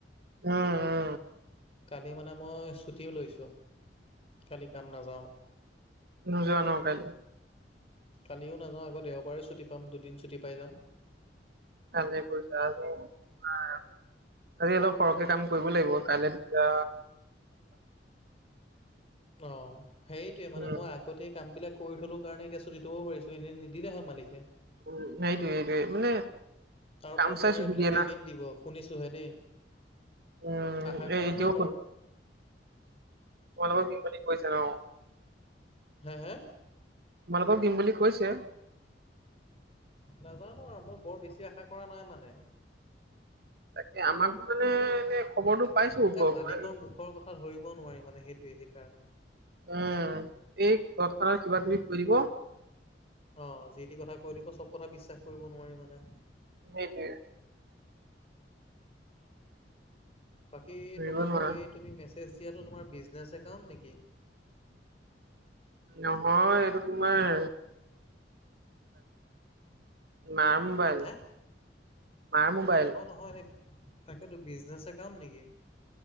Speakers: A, on the right; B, on the left.
A: উম, উম,
B: কালি মানে মই ছুটিও লৈছোঁ, কালি কাম নাযাওঁ।
A: নোযোৱা নহ কাইলে?
B: কালিও নাযাওঁ আক দেওবাৰেও ছুটি পাম দুদিন ছুটি পাই যাম।
A: ভালে কৰিছো আৰু আমাৰ আজি অলপ সৰহকে কাম কৰিব লাগিব। কাইলে তেতিয়া
B: অ, সেইটয়ে মানে
A: উম
B: মই আগতে কাম বিলাক কৰি থলো কাৰণে এতিয়া ছুটি থব পাৰিছো এনে নিদিলে হয় মালিকে।
A: উম, সেইটোৱে-সেইটোৱে মানে
B: আৰু
A: কাম
B: সোমবাৰে
A: চাই চুটি
B: বোলে
A: দিয়ে
B: পে'মেণ্ট
A: না।
B: দিব শুনিছোঁহে দেই
A: উম
B: আশা
A: এই
B: কৰা
A: এতিয়াও
B: নাই
A: সুধ-
B: বাৰু।
A: তোমালোকক দিম বুলি কৰিছে ন।
B: হা, হা,
A: তোমালোকক দিম বুলি কৈছে।
B: নাজানো আৰু মই বৰ বেছি আশা কৰা নাই মানে।
A: তাকে আমাক মানে এনে খবৰটো পাইছো ওপৰৰ
B: এ মালিকৰ
A: পৰাই
B: মুখৰ কথা ধৰিব নোৱাৰি মানে সেইটোৱে সেইকাৰণে।
A: উম, এই ঘৰখনৰ কিবা কিবি কৰিব।
B: অ, যি টি কথা কৈ দিব চব কথা বিশ্বাস কৰিব নোৱাৰি মানে।
A: সেইটোৱে।
B: বাকী
A: ধৰিব
B: তোমাৰ
A: নোৱাৰা
B: বাৰু এই তুমি মেছেজ দিয়াটো তোমাৰ বিজনেছ একাউণ্ট নেকি?
A: নহয় এইটো তোমাৰ মাৰ মোবাইল,
B: হে?
A: মাৰ মোবাইল।
B: নহয় নহয় এনেই তাকেতো বিজনেছ একাউণ্ট নেকি?